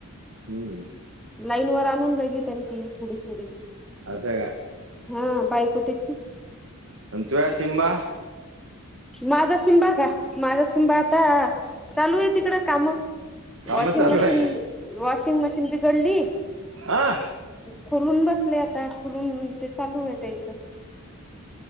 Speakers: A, on the right; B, in the centre.
A: हम्म
B: लाईन वर आणू राहिली, त्यायले
A: असं का
B: हा बायको त्याची.
A: अन तुझा सिंबा?
B: माझा सिमबा का माझा सिमबा आता चालू आहे तिकडं काम.
A: काम
B: वाॉशिंग
A: चालू
B: मशीन
A: आहे का
B: वाॉशिंग मशीन बिघडली
A: हा.
B: खोलून बसले आता खुोलून ते चालू आहे त्याचं.